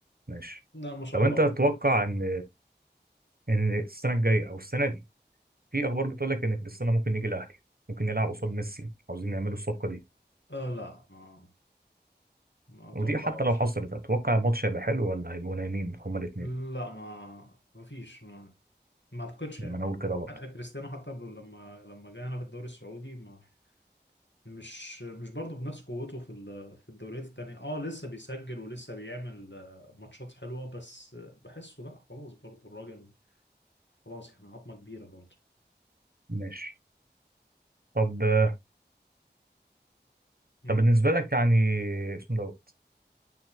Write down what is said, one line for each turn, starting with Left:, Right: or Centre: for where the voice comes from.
Right: ماشي
Left: لا ما شاء
Right: طب
Left: الله
Right: انت
Left: عليك
Right: تتوقع ان ان السنه الجايه او السنه دي في اخبار بتقول لك ان كريستيانو ممكن يجي الاهلي ممكن يلعب قصاد ميسي عاوزين يعملوا الصفقه دي
Left: أه لا ما ما أتوقعش
Right: ودي حتى لو حصلت اتوقع الماتش هيبقى حلو ولا هيبقوا نايمين هما الاثنين
Left: لا ما ما فيش ما ما أعتقدش
Right: ما
Left: يعني
Right: انا اقول كده برضه
Left: حتى كريستيانو حتى ب- لما لما جه هنا في الدوري السعودي ما مش مش برضه بنفس قوته في ال- في الدوريات التانية اه لسه بيسجل ولسه بيعمل آه، ماتشات حلوة بس آه، بحسه لا خلاص برضه الراجل خلاص احنا عظمه كبيره برضه
Right: ماشي طب
Left: مم.
Right: طب بالنسبه لك يعني اسمه دوت